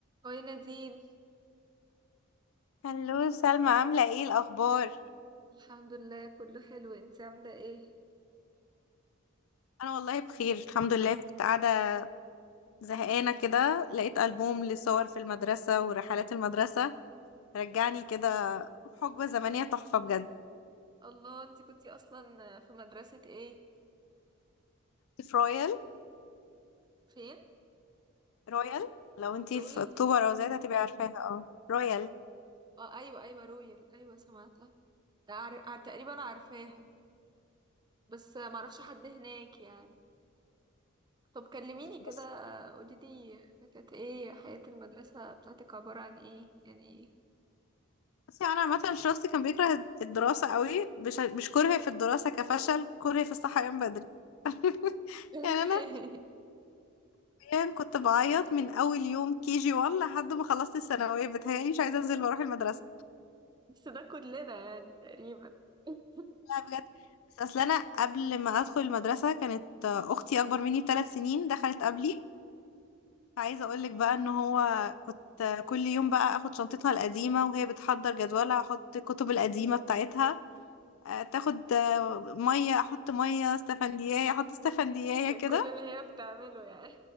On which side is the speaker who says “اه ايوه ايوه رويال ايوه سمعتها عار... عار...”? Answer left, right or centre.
Right